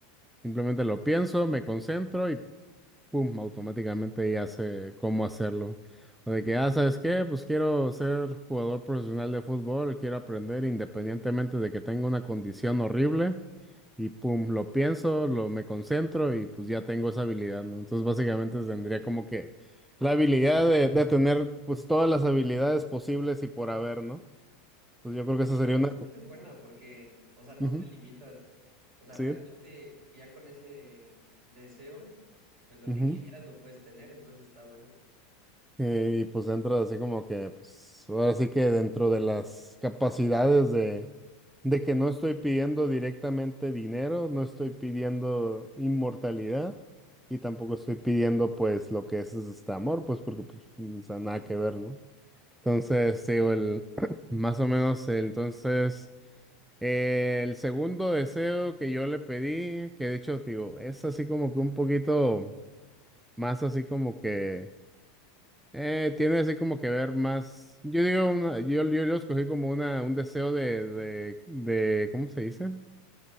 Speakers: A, in the centre; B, on the right.
A: Simplemente lo pienso, me concentro y pum, automáticamente ya sé cómo hacerlo. O de que, ah, ¿sabes qué? Pues quiero ser jugador profesional de fútbol, quiero aprender independientemente de que tenga una condición horrible. Y pum, lo pienso, lo me concentro y pues ya tengo esa habilidad, ¿no? Entonces básicamente tendría como que la habilidad de, de tener pues todas las habilidades posibles y por haber, ¿no? Entonces
B: Sí,
A: yo creo que
B: de
A: esa
B: hecho,
A: sería
B: esa
A: una...
B: esa es buena porque, o sea, no
A: Ujú,
B: te limitas. O sea,
A: sí.
B: realmente ya con ese deseo, pues lo
A: Ujú.
B: que quieras lo puedes tener, entonces está bueno.
A: Eh, y pues entra así como que, pues ahora sí que dentro de las capacidades de de que no estoy pidiendo directamente dinero, no estoy pidiendo inmortalidad y tampoco estoy pidiendo pues lo que es este amor, pues porque pues, o sea, nada que ver, ¿no? Entonces,
B: Sí,
A: te digo, el, <clears throat> más o menos, el- entonces, eh, el segundo deseo que yo le pedí, que de hecho, te digo, es así como que un poquito más así como que, eh, tiene así como que ver más, yo digo, una- yo, yo lo escogí como una, un deseo de, de, de, ¿cómo se dice?